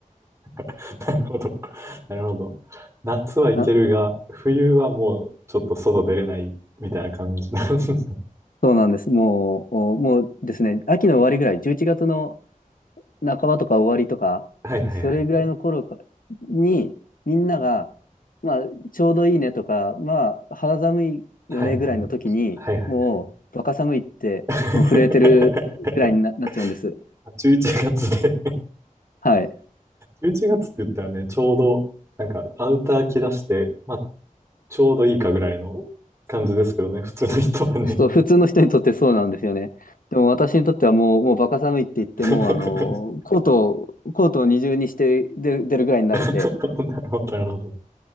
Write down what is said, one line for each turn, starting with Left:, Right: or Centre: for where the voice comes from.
Right: <laughs> なるほど。なるほど。夏はいけるが、
Left: あ
Right: 冬はもうちょっと外出れないみたいな感じなんですね。
Left: そうなんです。もう、おもうですね、秋の終わりぐらい、11月の半ばとか終わりとか、
Right: はいはいはい。
Left: それぐらいの頃かに、みんなが、まあ、ちょうどいいねとか、まあ、肌寒いよねぐらいの時に、
Right: はいはい。はいはいはい。
Left: もう、バカ寒いって、
Right: <laughs>
Left: もう震えてるぐらいにな、なっちゃうんです。
Right: あ11月で
Left: はい。
Right: 11月って言ったらね、ちょうど、なんか、アウター着出して、まあちょうどいいかぐらいの感じですけどね、普通の人はね。
Left: そう、普通の人にとってそうなんですよね。でも私にとってはもう、もうバカ寒いって言っても、
Right: <laughs>
Left: あの、コートを、コートを二重にして出、出るぐらいになるんで、
Right: なるほど、なるほど。